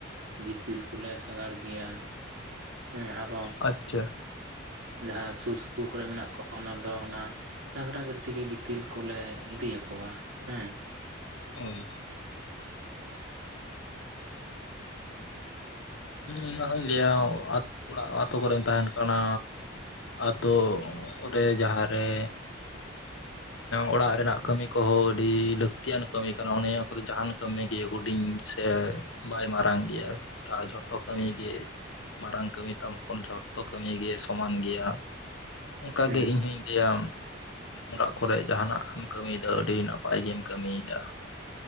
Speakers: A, on the right; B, on the left.
A: ᱜᱤᱛᱤᱞ ᱠᱚᱞᱮ ᱥᱟᱜᱟᱲ ᱜᱮᱭᱟ ᱦᱮᱸ ᱟᱨᱦᱚᱸ
B: ᱟᱪᱪᱷᱟ,
A: ᱡᱟᱦᱟᱸ ᱥᱩᱨ ᱥᱩᱯᱩᱨ ᱠᱚᱨᱮ ᱢᱮᱱᱟᱜ ᱠᱚᱣᱟ ᱚᱱᱟ ᱫᱚ ᱚᱱᱟ ᱰᱟᱝᱨᱟ ᱜᱟᱹᱰᱤ ᱛᱮᱜᱮ ᱜᱤᱛᱤᱞ ᱠᱚᱞᱮ ᱤᱫᱤ ᱟᱠᱚᱣᱟ ᱦᱮᱸ,
B: ᱦᱚᱭ᱾ ᱚᱱᱟ ᱦᱚᱧ ᱞᱟᱹᱭᱟ ᱚᱲᱟᱜ ᱟᱛᱳ ᱠᱚᱨᱮᱢ ᱛᱟᱦᱮᱱ ᱠᱟᱱᱟ, ᱟᱛᱳ ᱨᱮ ᱡᱟᱦᱟ ᱨᱮ
A: <unintelligible>
B: ᱚᱲᱟᱜ ᱨᱮᱱᱟᱜ ᱠᱟᱹᱢᱤ ᱠᱚᱦᱚᱸ ᱟᱹᱰᱤ ᱞᱟᱹᱠᱛᱤᱭᱟᱱ ᱠᱟᱹᱢᱤ ᱠᱟᱱᱟ ᱚᱱᱮ ᱚᱱᱟ ᱠᱚᱫᱚ ᱡᱟᱦᱟᱱ ᱠᱟᱹᱢᱤ ᱜᱤ ᱦᱩᱰᱤᱧ ᱥᱮ ᱵᱟᱭ ᱢᱟᱨᱟᱝ ᱜᱮᱭᱟ ᱡᱷᱚ ᱡᱚᱛᱚ ᱠᱟᱹᱢᱤ ᱜᱮ ᱢᱟᱨᱟᱝ ᱠᱟᱹᱢᱤ ᱛᱟᱢ ᱡᱚᱛᱚ ᱠᱟᱹᱢᱤ ᱜᱮ ᱥᱚᱢᱟᱱ ᱜᱮᱭᱟ᱾ ᱚᱝᱠᱟᱜᱮ
A: ᱦᱮᱸ
B: ᱤᱧ ᱦᱚᱧ ᱞᱮᱭᱟ ᱚᱲᱟᱜ ᱠᱚᱨᱮ ᱡᱟᱦᱟᱱᱟᱜ ᱮᱢ ᱠᱟᱹᱢᱤᱭᱮᱫᱟ ᱟᱹᱰᱤ ᱱᱟᱯᱟᱭ ᱜᱮᱢ ᱠᱟᱹᱢᱤᱭᱮᱫᱟ᱾